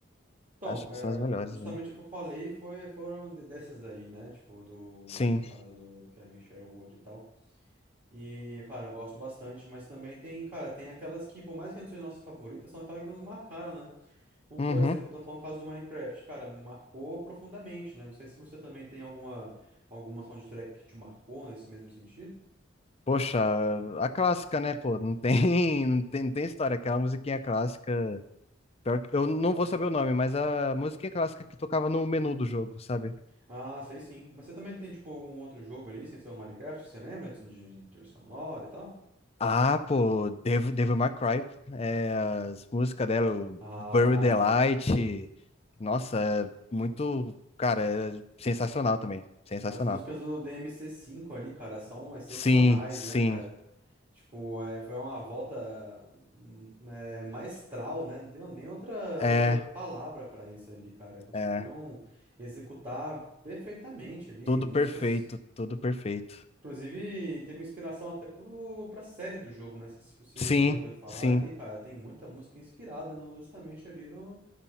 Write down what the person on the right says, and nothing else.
então,
é,
justamente
o que eu falei foi, foram de- dessas daí, né? Tipo, do,
do caso do, do Kevin Sherwood e tal. E, cara, eu gosto bastante, mas também tem, cara, tem aquelas que, por mais que não sejam nossas favoritas, são aquelas que nos marcaram, né? Como,
por exemplo, eu tô falando o caso do Minecraft, cara, me marcou profundamente, né? Não sei se você também tem alguma, alguma soundtrack que te marcou nesse mesmo sentido.
Ah, sei sim. Mas você também tem, tipo, algum outro jogo ali, sem ser o Minecraft, que você lembra de, de trilha sonora e tal?
Ah,
é.
As músicas do dmc cinco ali, cara, são excepcionais,
né, cara? Tipo, é, foi uma volta hum, é, maestral, né? Não tenho nem outra,
outra palavra pra isso ali, cara. Conseguiram
executar perfeitamente ali.
Músicas,
inclusive, teve inspiração até pro, pra série do jogo, né? Se se você
já ouviu falar
ali, cara, tem muita música inspirada no- justamente ali no,